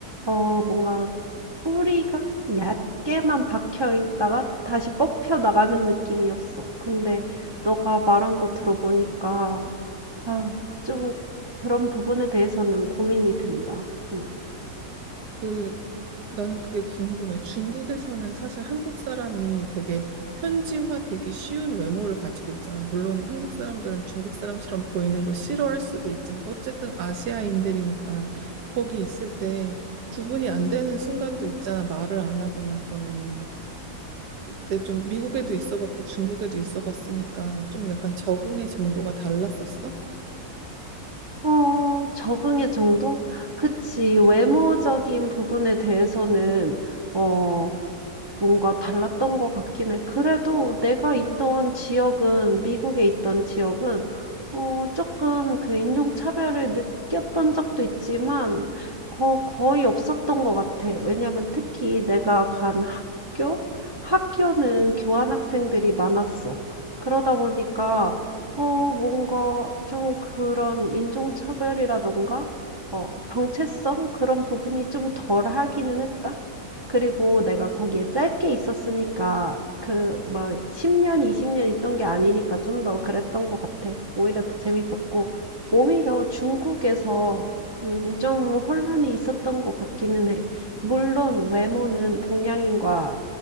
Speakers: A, on the right; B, on the right.
A: 어, 뭔가 뿌리가 얕게만 박혀 있다가 다시 뽑혀 나가는 느낌이었어. 근데 너가 말한 거 들어보니까, 아, 좀 그런 부분에 대해서는 고민이 된다. 음.
B: 그 나는 그게 궁금해. 중국에서는 사실 한국 사람이 되게 현지화 되기 쉬운 외모를 가지고 있잖아. 물론 한국 사람들은 중국 사람처럼 보이는 거 싫어할 수도 있지만 어쨌든 아시아인들이니까 거기 있을 때 구분이 안 되는 순간도 있잖아. 말을 안 하거나 그러면은. 근데 좀 미국에도 있어 봤고 중국에도 있어 봤으니까 좀 약간 적응의 정도가 달랐었어?
A: 어, 적응의 정도? 그치. 외모적인 부분에 대해서는, 어, 뭔가 달랐던 것 같긴 해. 그래도 내가 있던 지역은 미국에 있던 지역은 어 조금 그 인종차별을 느꼈던 적도 있지만 거 거의 없었던 것 같아. 왜냐면 특히 내가 간 학교? 학교는 교환 학생들이 많았어. 그러다 보니까 어 뭔가 좀 그런 인종차별이라든가 어 정체성 그런 부분이 좀 덜하기는 했다. 그리고 내가 거기에 짧게 있었으니까 그 막 10년, 20년 있던 게 아니니까 좀 더 그랬던 것 같아. 오히려 더 재밌었고, 오히려 중국에서 음, 좀 혼란이 있었던 것 같기는 해. 물론 외모는 동양인과